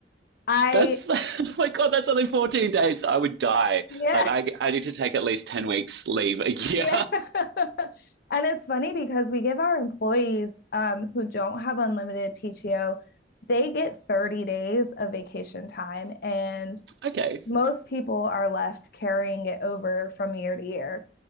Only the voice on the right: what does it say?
that's <laughs> oh my god, that's only fourteen days. I would die.
Like I, I need to take at least ten weeks leave a year.
<laughs> okay.